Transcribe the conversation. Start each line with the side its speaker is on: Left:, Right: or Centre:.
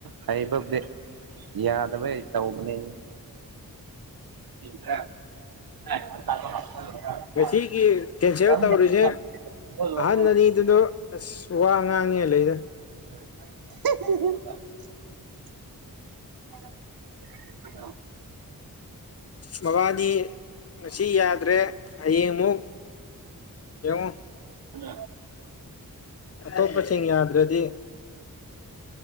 Right: ꯍꯩꯕꯕꯨꯗꯤ ꯌꯥꯗꯕꯩ ꯇꯧꯕꯅꯦ <unintelligible>
Left: ꯉꯁꯤꯒꯤ ꯀꯦꯟꯁꯦꯜ ꯇꯧꯔꯤꯁꯦ ꯑꯍꯟ ꯑꯅꯤꯗꯨꯗꯣ ꯑꯁ ꯋꯥ ꯉꯥꯡꯉꯦ ꯂꯩꯗ
Right: <unintelligible> <unintelligible> <unintelligible>
Left: ꯃꯥꯕꯥꯗꯤ ꯉꯁꯤ ꯌꯥꯗ꯭ꯔꯦ ꯍꯌꯦꯡ ꯑꯃꯨꯛ ꯌꯦꯡꯉꯣ
Right: <unintelligible>
Left: ꯑꯇꯣꯞꯄꯁꯤꯡ ꯌꯥꯗ꯭ꯔꯗꯤ